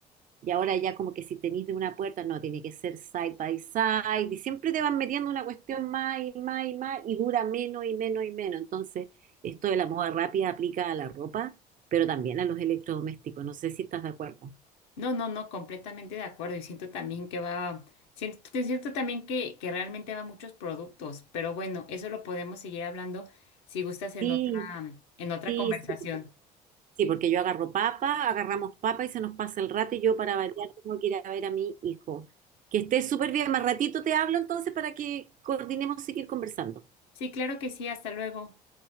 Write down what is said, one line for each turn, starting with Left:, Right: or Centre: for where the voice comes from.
Right: Y ahora ya como que si tenís de una puerta, no, tiene que ser side by side. Y siempre te van metiendo una cuestión más y más y más y dura menos y menos y menos. Entonces, esto de la moda rápida aplica a la ropa, pero también a los electrodomésticos. No sé si estás de acuerdo.
Left: No, no, no, completamente de acuerdo. Y siento también que va, siento, te siento también que, que realmente va a muchos productos, pero bueno, eso lo podemos seguir hablando si gustas en
Right: Sí,
Left: otra, en otra
Right: sí,
Left: conversación.
Right: sí. Sí, porque yo agarro papa, agarramos papa y se nos pasa el rato y yo para variar tengo que ir a ver a mi hijo. Que estés súper bien. Más ratito te hablo entonces para que coordinemos seguir conversando.
Left: Sí, claro que sí, hasta luego.